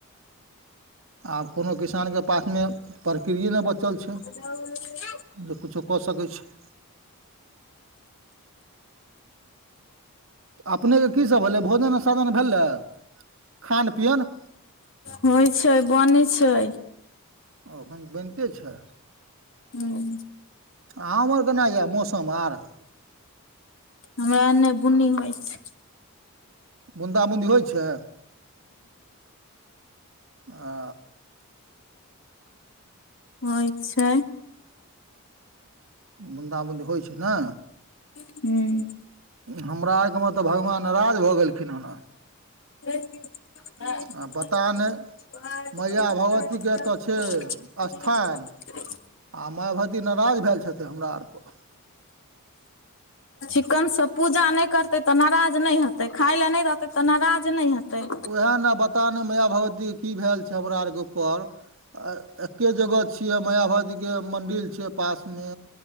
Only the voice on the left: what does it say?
<unintelligible>
होय छै, बनै छै।
हुं।
हमरा एने बुन्नी होय छै।
होय छै।
हूँ।
<unintelligible>
<unintelligible>
चिक्कन सँ पूजा नै करतै तऽ नराज नै हेतै, खाय लए नै रहतै तऽ नराज नै हेतै।